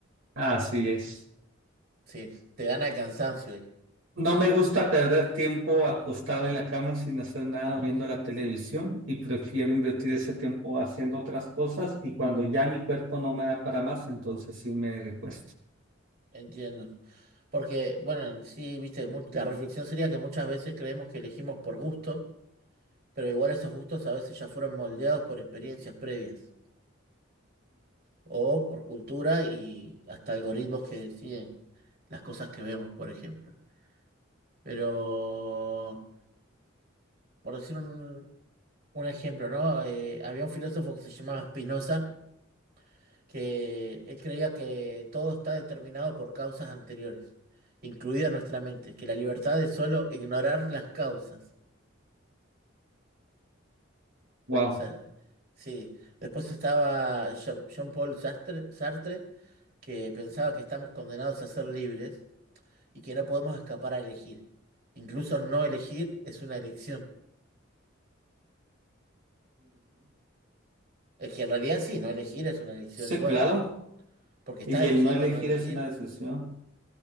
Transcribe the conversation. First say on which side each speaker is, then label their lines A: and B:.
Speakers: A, on the right (about 80°); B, on the right (about 50°).
A: Así es.
B: Sí, te gana el cansancio ahí.
A: No me gusta perder tiempo acostado en la cama sin hacer nada o viendo la televisión y prefiero invertir ese tiempo haciendo otras cosas y cuando ya mi cuerpo no me da para más, entonces sí me recuesto.
B: Entiendo. Porque, bueno, en sí, viste, mu- la reflexión sería que muchas veces creemos que elegimos por gusto, pero igual esos gustos a veces ya fueron moldeados por experiencias previas o por cultura y hasta algoritmos que deciden las cosas que vemos, por ejemplo. Pero, por decir un, un ejemplo, ¿no? Eh, había un filósofo que se llamaba Spinoza que él creía que todo está determinado por causas anteriores, incluida nuestra mente, que la libertad es solo ignorar las causas.
A: Wow.
B: O sea, sí. Después estaba Jean- Jean-Paul Sartre, Sartre, que pensaba que estamos condenados a ser libres y que no podemos escapar a elegir. Incluso no elegir es una elección. Es que en realidad sí, no elegir es una elección
A: Sí,
B: igual,
A: claro.
B: porque estás
A: Y
B: eligiendo
A: el no elegir
B: no elegir.
A: es una decisión.